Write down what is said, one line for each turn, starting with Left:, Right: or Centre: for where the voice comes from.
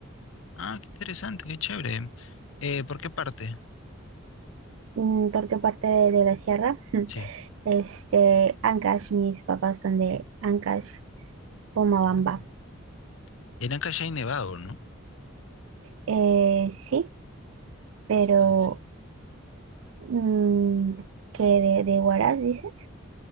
Left: Ah, qué interesante, qué chévere. Eh, ¿por qué parte?
Right: mm, porque parte de, de la sierra, <laughs>
Left: Sí.
Right: este, Ancash, mis papás son de Ancash, Pomabamba.
Left: Ah, Era en Callao y Nevado, ¿no?
Right: Eh, sí, pero
Left: Ah, sí.
Right: mm, que de, de Huaraz, dices.